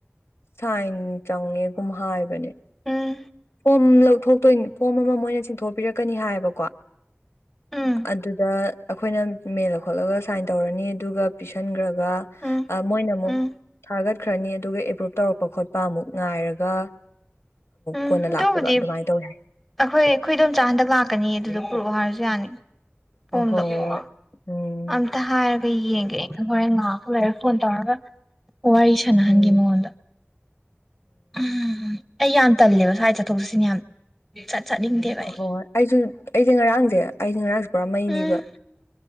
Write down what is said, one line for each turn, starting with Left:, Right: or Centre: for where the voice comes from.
Left: ꯁꯥꯏꯟ ꯆꯪꯉꯦꯒꯨꯝ ꯍꯥꯏꯕꯅꯦ
Centre: ꯎꯝ
Left: ꯐꯣꯝ ꯂꯧꯊꯣꯛꯇꯣꯏꯅꯤ ꯐꯣꯝ ꯑꯃ ꯃꯣꯏꯅ ꯆꯤꯡꯊꯣꯛꯄꯤꯔꯛꯀꯅꯤ ꯍꯥꯏꯕꯀꯣ
Centre: ꯎꯝ
Left: ꯑꯗꯨꯗ ꯑꯩꯈꯣꯏꯅ ꯃꯦꯜꯂ ꯈꯣꯠꯂꯒ ꯁꯥꯏꯟ ꯇꯧꯔꯅꯤ ꯑꯗꯨꯒ ꯄꯁꯤꯟꯈ꯭ꯔꯒ
Centre: ꯎꯝ
Left: ꯃꯣꯏꯅ ꯑꯃꯨꯛ
Centre: ꯎꯝ
Left: ꯊꯥꯒꯠꯈ꯭ꯔꯅꯤ ꯑꯗꯨꯒ ꯑꯦꯄ꯭ꯔꯨꯞ ꯇꯧꯔꯛꯄ ꯈꯣꯠꯄ ꯑꯃꯨꯛ ꯉꯥꯏꯔꯒ
Centre: ꯎꯝ
Left: ꯀꯣꯟꯅ
Centre: ꯑꯗꯨꯕꯨꯗꯤ
Left: ꯂꯥꯛꯄꯕ ꯑꯗꯨꯃꯥꯏꯅ ꯇꯧꯋꯦ
Centre: ꯑꯩꯈꯣꯏ ꯑꯩꯈꯣꯏꯗꯣꯝꯆꯥ ꯍꯟꯗꯛ ꯂꯥꯛꯀꯅꯤ ꯑꯗꯨꯗꯣ ꯄꯨꯔꯛꯑꯣ ꯍꯥꯏꯔꯁꯨ ꯌꯥꯅꯤ ꯐꯣꯝꯗꯣ
Left: ꯑꯣ ꯍꯣꯏ
Centre: <unintelligible>
Left: ꯍꯣꯏ ꯎꯝ
Centre: ꯑꯝꯇ ꯍꯥꯏꯔꯒ ꯌꯦꯡꯒꯦ ꯑꯩꯅ ꯍꯣꯔꯦꯟ ꯉꯥꯏꯍꯥꯛꯄꯨ ꯂꯩꯔꯒ ꯐꯣꯟ ꯇꯧꯔꯒ ꯋꯥꯔꯤ ꯁꯥꯟꯅꯍꯟꯒꯦ
Left: ꯎꯝ
Centre: ꯃꯉꯣꯟꯗ ꯎꯝ ꯑꯩ ꯌꯥꯝ ꯇꯜꯂꯦꯕ ꯁ꯭ꯋꯥꯏ ꯆꯠꯊꯣꯛ ꯆꯠꯁꯤꯟ ꯌꯥꯝ ꯆꯠ ꯆꯠꯅꯤꯡꯗꯦꯕ
Left: ꯍꯣꯏ
Centre: ꯑꯩ
Left: ꯍꯣꯏ ꯑꯩꯁꯨ ꯑꯩꯁꯦ ꯉꯔꯥꯡꯁꯦ ꯑꯩꯗꯤ ꯉꯔꯥꯡꯁꯨ ꯄꯨꯔꯥ ꯃꯩ
Centre: ꯎꯝ
Left: ꯅꯤꯕ